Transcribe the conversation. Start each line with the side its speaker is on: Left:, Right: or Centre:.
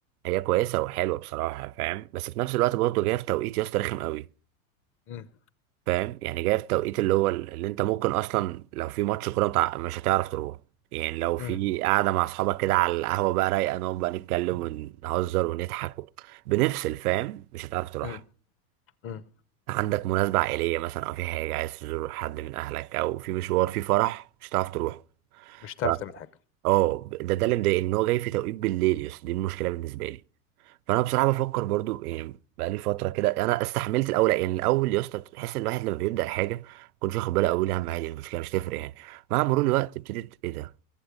Right: هي كويسة وحلوة بصراحة فاهم بس في نفس الوقت برضه جاية في توقيت يا اسطى رخم قوي
Left: امم
Right: فاهم يعني جاي في التوقيت اللي هو اللي انت ممكن اصلا لو في ماتش كوره متع- مش هتعرف تروح يعني لو في
Left: امم
Right: قاعده مع اصحابك كده على القهوه بقى رايقه نقعد بقى نتكلم ونهزر ونضحك و... بنفصل فاهم مش هتعرف تروح
Left: امم امم
Right: عندك مناسبه عائليه مثلا او في حاجه عايز تزور حد من اهلك او في مشوار في فرح مش هتعرف تروح
Left: مش هتعرف
Right: ف-
Left: تعمل حاجه
Right: اه ده ده اللي مضايقني ان هو جاي في توقيت بالليل يس دي المشكله بالنسبه لي فانا بصراحه بفكر برضو يعني بقالي فتره كده انا استحملت الاول يعني الاول يا اسطى بتحس ان الواحد لما بيبدا الحاجه كنتش واخد باله اول اهم عادي المشكله مش تفرق يعني مع مرور الوقت ابتديت ايه ده